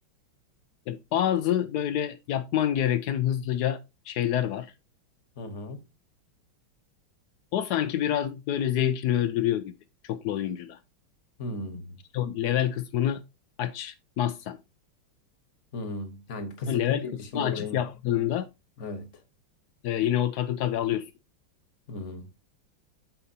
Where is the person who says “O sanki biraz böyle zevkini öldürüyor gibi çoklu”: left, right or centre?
Left